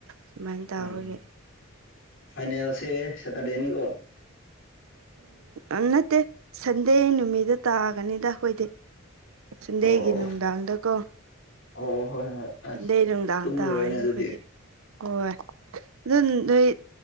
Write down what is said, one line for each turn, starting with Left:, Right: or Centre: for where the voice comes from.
Right: ꯁꯨꯃꯥꯏꯅ ꯇꯧꯕꯒꯤ
Left: ꯎꯝ ꯐꯥꯏꯅꯦꯁꯦ ꯁꯦꯇꯔꯗꯦꯅꯤꯀꯣ
Right: ꯎꯝ ꯅꯠꯇꯦ ꯁꯟꯗꯦ ꯅꯨꯃꯤꯠꯇ ꯇꯥꯒꯅꯤꯗ ꯑꯩꯈꯣꯏꯗꯤ ꯆꯟꯗꯦꯒꯤ
Left: ꯑꯣ ꯑꯣ
Right: ꯅꯨꯡꯗꯥꯡꯗ
Left: ꯑꯣ
Right: ꯀꯣ
Left: ꯑꯣ ꯍꯣꯏ ꯍꯣꯏ ꯍꯣꯏ ꯑꯁ
Right: ꯟꯗꯩ ꯅꯨꯡꯗꯥꯡ
Left: ꯇꯨꯝꯂꯔꯣꯏꯅꯦ
Right: ꯇꯥꯔꯅꯤ
Left: ꯑꯗꯨꯗꯤ
Right: ꯑꯩꯈꯣꯏꯗꯤ ꯍꯣꯏ ꯑꯗꯨ ꯅꯣꯏ